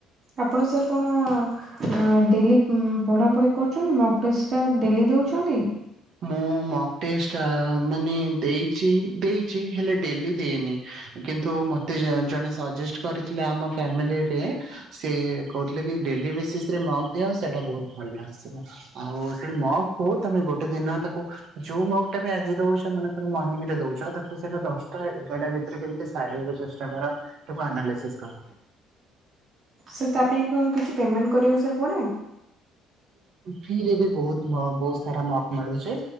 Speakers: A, on the right (about 45°); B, on the right (about 65°).
A: ଆପଣ ସାର କଣ ଅ ଡେଲି ଉଁ ପଢାପଢି କରୁଛନ୍ତି ମୋକ ଟେଷ୍ଟ ଟା ଡେଲି। ଦଉଛନ୍ତି।
B: ମୁଁ ମୋକ ଟେଷ୍ଟ ଆ ମାନେ ଦେଇଛି ଦେଇଛି ହେଲେ ଡେଲି ଦେଇନି। କିନ୍ତୁ ମତେ ଜ-ଜଣେ ସଜେଷ୍ଟ କରିଥିଲେ ଆମ ଫ୍ୟାମିଲିରେ ସେ କହୁଥିଲେ କି ଡେଲି ବେସିସରେ ମୋକ୍ ଦିଅ ସେଇଟା ବହୁତ ଭଲ ଆସିବ ଆଉ ସେଇ ମୋକ କୁ ତମେ ଗୋ ଗୋଟେ ଦିନ ତାକୁ ଯୋଉ ମୋକ ଟା ବି ଆଜି ଦଉଛ ମନେ କର ମର୍ନିଙ୍ଗରେ ଦଉଛ ତାକୁ ସେଇଟା ଦଶଟା ଏ-ଏଗାରଟା ଭି ଭିତରେ କେମିତି ସାରିବାକୁ ଚେଷ୍ଟା କର ତାକୁ ଆନାଲିସିସ୍। କର
A: ସାର୍ ତା ପାଇଁ କଣ କିଛି ପେମେଣ୍ଟ କରିବାକୁ ସାର୍ ପଡେ।
B: ଫ୍ରୀରେ ବି ବହୁତ ବହୁତ ସାରା ମକ୍ ମିଳୁଛି